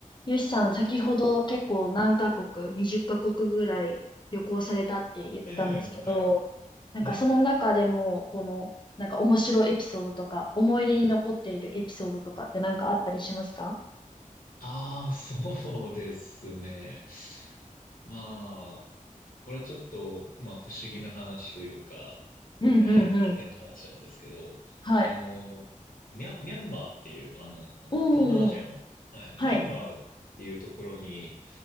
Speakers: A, on the left; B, on the left.
A: よしさん、先ほど結構何カ国、20カ国ぐらい旅行されたって言ってたんですけど、
B: ええ、はい、
A: なんかその中でも、
B: はい。
A: この、なんか面白いエピソードとか、思い出に残っているエピソードとかってなんかあったりしますか
B: ああ、<laughs> そうですね。まあ、これはちょっと、まあ、不思議な話というか、
A: うんうんうん。
B: えーっと、変な話なんですけど、
A: はい。
B: あの、ミャ、ミャンマーっていう、あの、
A: おーおーおー、
B: 東南アジアの、はい、
A: はい。
B: ミャンマーっていうところに、